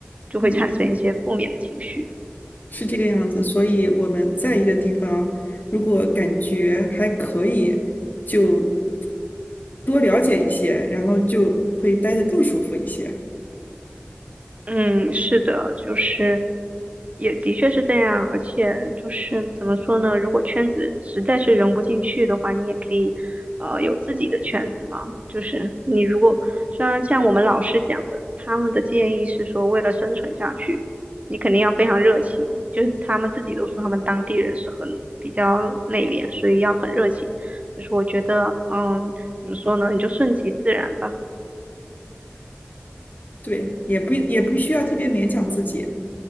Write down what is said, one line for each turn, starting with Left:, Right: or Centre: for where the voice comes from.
Right: 就会产生一些负面的情绪。
Left: 嗯。是这个样子，所以我们在一个地方，如果感觉还可以，就多了解一些，然后就会待得更舒服一些。
Right: 嗯，是的，就是也的确是这样，而且就是怎么说呢？如果圈子实在是融不进去的话，你也可以呃有自己的圈子嘛。就是你如果虽然像我们老师讲的，他们的建议是说，为了生存下去，你肯定要非常热情。就是他们自己都说他们当地人是很比较内敛，所以要很热情。可是我觉得，嗯，怎么说呢？你就顺其自然吧。
Left: 对，也不也不需要特别勉强自己。